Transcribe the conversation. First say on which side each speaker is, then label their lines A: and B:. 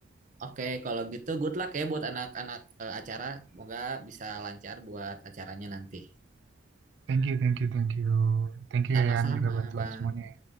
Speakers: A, on the right; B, on the right.
A: Oke, kalau gitu good luck ya buat anak-anak eh, acara. Semoga bisa lancar buat acaranya nanti.
B: Thank you, thank you, thank you. Thank you
A: Sama-sama,
B: ya Yan juga bantuan
A: Bang.
B: semuanya. ya.